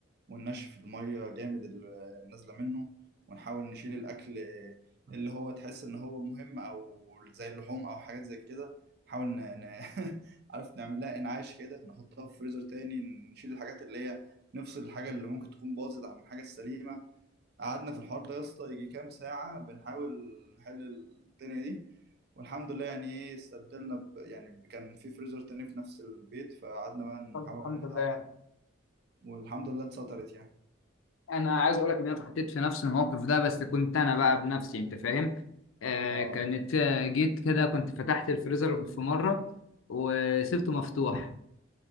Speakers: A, on the right; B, on the left.
A: وننشف المية جامد اللي نازلة منه ونحاول نشيل الأكل اللي هو تحس إن هو مهم أو زي اللحوم أو حاجات زي كده نحاول ن... ن... <laughs> عارف نعمل لها إنعاش كده نحطها في فريزر تاني نشيل الحاجات اللي هي نفصل الحاجة اللي ممكن تكون باظت عن الحاجة السليمة قعدنا في الحوار ده يا اسطى يجي كام ساعة بنحاول نحل الدنيا دي والحمد لله يعني ايه استبدلنا ب... يعني كان في فريزر تاني في نفس البيت فقعدنا بقى نحاول
B: طب الحمد
A: عليه الحاجة
B: لله
A: والحمد لله اتسطرت يعني
B: انا عايز اقول لك ان انا اتحطيت في نفس الموقف ده بس كنت انا بقى بنفسي انت فاهم آه
A: اه
B: كانت آه، جيت كده كنت فتحت الفريزر في مره وسبته مفتوح